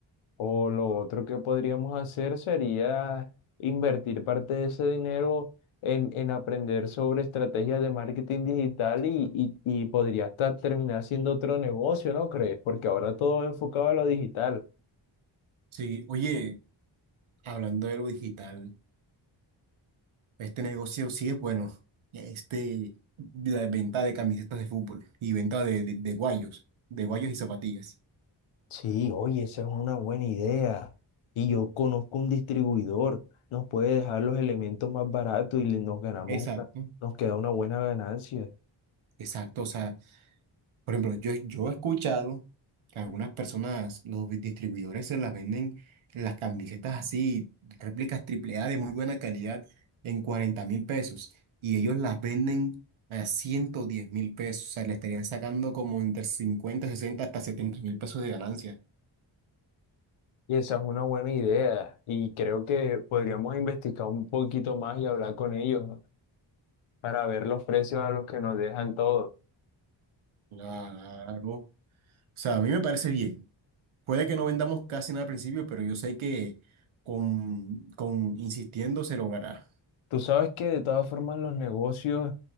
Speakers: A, on the left (about 80°); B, on the right (about 75°).
A: O lo otro que podríamos hacer sería invertir parte de ese dinero en, en aprender sobre estrategias de marketing digital y, y, y podría hasta terminar siendo otro negocio, ¿no crees? Porque ahora todo va enfocado a lo digital.
B: Sí, oye, hablando de lo digital. Este negocio sí es bueno. Este, la venta de camisetas de fútbol y venta de, de, de guayos, de guayos y zapatillas.
A: Sí, oye, esa es una buena idea. Y yo conozco un distribuidor, nos puede dejar los elementos más baratos y le- nos ganamos
B: Exacto,
A: una- nos queda una buena ganancia.
B: exacto. O sea, por ejemplo, yo, yo he escuchado que algunas personas, los distribuidores se las venden las camisetas así, réplicas triple A de muy buena calidad, en cuarenta mil pesos. Y ellos las venden a ciento diez mil pesos. O sea, le estarían sacando como entre 50 60 hasta setenta mil pesos de ganancia.
A: Y esa es una buena idea y creo que podríamos investigar un poquito más y hablar con ellos ¿no? para ver los precios a los que nos dejan todo.
B: Claro. O sea, a mí me parece bien. Puede que no vendamos casi nada al principio, pero yo sé que con, con insistiendo se logrará.
A: Tú sabes que de todas formas los negocios,